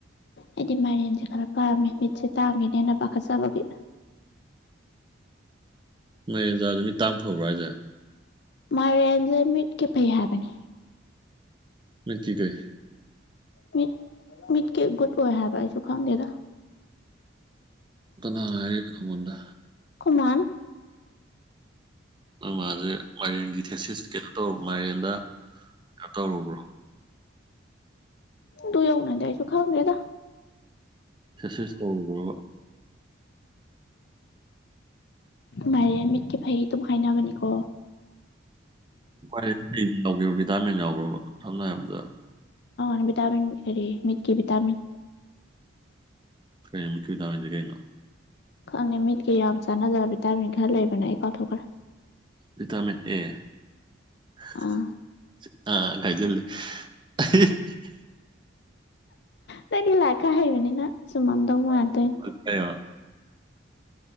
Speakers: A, on the left (about 55°); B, on the right (about 25°).
A: ꯑꯩꯗꯤ ꯃꯥꯏꯔꯦꯟꯁꯦ ꯈꯔ ꯄꯥꯝꯃꯦ ꯃꯤꯠꯁꯦ ꯇꯥꯡꯉꯦꯅꯦ ꯍꯦꯅ ꯄꯥꯈꯠꯆꯕꯒꯤ
B: ꯃꯣꯏꯗ ꯅꯨꯃꯤꯠ ꯇꯡ ꯐꯕ꯭ꯔꯥ ꯍꯥꯏꯁꯦ
A: ꯃꯔꯦꯟꯁꯦ ꯃꯤꯠꯀꯤ ꯐꯩ ꯍꯥꯏꯕꯅꯦ
B: ꯃꯇꯤ ꯀꯩ
A: ꯃꯤꯠ ꯃꯤꯠꯀꯤ ꯒꯨꯗ ꯑꯣꯏ ꯍꯥꯏꯕ ꯑꯩꯁꯨ ꯈꯪꯗꯦꯗ
B: ꯀꯅꯥ ꯍꯥꯏꯔ ꯅꯥꯉꯣꯜꯗ
A: ꯑꯩꯈꯣꯏ ꯃꯥꯅ
B: ꯅꯣꯏ ꯃꯥꯁꯦ ꯃꯥꯏꯔꯦꯟꯒꯤ ꯊꯦꯁꯤꯁ ꯀꯩꯅꯣ ꯇꯧꯔ ꯃꯥꯏꯔꯦꯟꯗ ꯀꯩꯅꯣ ꯇꯧꯔꯨꯕ꯭ꯔꯣ
A: ꯇꯨ ꯌꯎꯅ ꯌꯥꯏꯁꯨ ꯈꯥꯎꯗꯦꯗ
B: ꯁꯛꯁꯦꯁ ꯇꯧꯔꯕ꯭ꯔꯕ
A: ꯃꯦꯟ ꯃꯤꯠꯀꯤꯦ ꯐꯩ ꯑꯗꯨꯝ ꯍꯥꯏꯥꯏꯅꯕꯅꯤꯀꯣ
B: ꯔꯦ ꯂꯩ ꯂꯧꯒꯦ ꯗꯥꯇꯥꯔꯃꯦꯟ ꯌꯥꯎꯈ꯭ꯔꯕ ꯊꯝꯅ ꯑꯗ
A: ꯑ ꯕꯤꯇꯥꯃꯤꯤꯟ ꯑꯦꯔꯤ ꯃꯤꯠꯀꯤ ꯕꯤꯇꯥꯃꯤꯤꯟ
B: ꯀꯩꯅꯃꯤ ꯀ ꯇꯥꯕꯁꯦ ꯀꯩꯅꯣ
A: ꯈꯪꯉꯦ ꯃꯤꯠꯀꯤ ꯌꯥꯝ ꯆꯥꯟꯅꯗꯕ ꯚꯤꯇꯥꯃꯤꯟ ꯈꯔ ꯂꯩꯕꯅꯦ ꯑꯩ ꯀꯥꯎꯊꯣꯛꯈ꯭ꯔꯦ
B: ꯚꯤꯇꯥꯃꯤꯟ ꯑꯦ <unintelligible>
A: ꯑꯥ
B: ꯒꯥꯏꯖꯦ <unintelligible> <unintelligible>
A: ꯇꯅꯤ ꯂꯥꯛ ꯀꯥ ꯍꯍꯤ ꯃꯅꯤ ꯅ <unintelligible> ꯁꯨꯃꯥꯡꯗꯉ ꯌꯥ ꯇ <unintelligible> <unintelligible>
B: ꯀꯩꯅꯣ